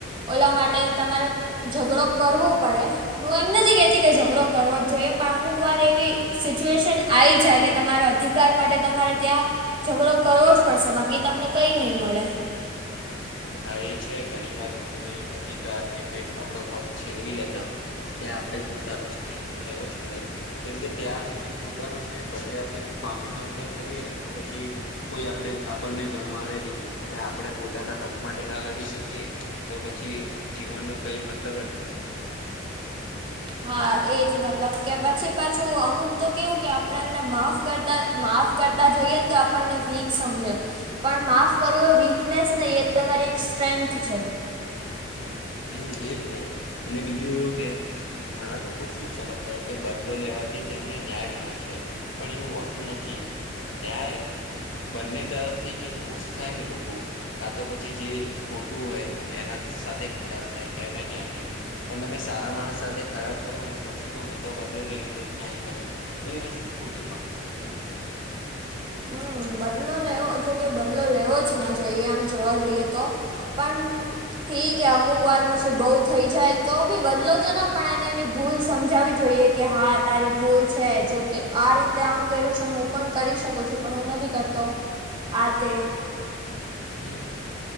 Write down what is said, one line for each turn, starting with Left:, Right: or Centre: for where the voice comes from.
Right: ઓલા માટે તમારે ઝઘડો કરવો પડે હું એમ નથી કેતી કે ઝઘડો કરવો જોઈએ પણ અમુક વાત એવી સિચ્યુએશન આવી જાય કે તમારા અધિકાર માટે તમારે ત્યારે ઝઘડો કરવો જ પડશે બાકી તમને કઈ નહી મળે.
Left: હા એ છે ઘણી વાર કે ભાઈ અધિકાર કે કઈક આપડો હક છીનવી લેતા હોય ત્યાં આપણે પોતાનો સ્ટેન્ડ તો લેવો જ પડે. કેમકે ત્યાં પછી પોતાનો સ્ટેન્ડ બધે આપડે માફી માંગતા ફરીએ ને તો પછી! કોઈ આપણે આપણને ગણવારે બી નહી અને આપણે પોતાના હક માટે ના લડી શકીએ તો પછી જીવન નો કઈ મતલબ જ નથી.
Right: હા એજ મતલબ કે પછી પાછું અમુક તો કેવું કે આપણે એમને માફ કરતા માફ કરતા જઈએ ને તો આપણને વીક સમજે પણ માફ કરવું એ વીકનેસ નહીં એ તમારી એક સ્ટ્રેન્થ છે.
Left: હમ્મ એજ ને અને બીજું એવું કે ઘણા લોકો શું સમજતા હોય કે બદલો લેવાથી તેમને ન્યાય મળે છે. પણ એવું હોતું નથી ન્યાય બંને તરફથી જે ખુશ થાય ને લોકો કા તો પછી જે ખોટું હોય એના સાથે ખરાબ થાય એને ન્યા કેવાય પણ તમે સારા માણસ સાથે ખરાબ કરો અને પછી કો મેં તો બદલો લઈ લીધો ન્યાય કર્યો. તો એ વસ્તુ ખોટી પડે. જોપ....
Right: હમ્મ બદલો લેવો જો કે બદલો લેવો જ ના જોઈએ આમ જોવા જઈએ તો પણ ઠીક એ અમુક વાર પછી બહુ થઈ જાય તો બી બદલો તો ના પણ એને એની ભૂલ સમજાવી જોઈએ. કે હા તારી ભૂલ છે જોતે આ રીતે આમ કર્યું છે હું, હું પણ કરી શકું છું પણ હું નથી કરતો આ તે,
Left: હમ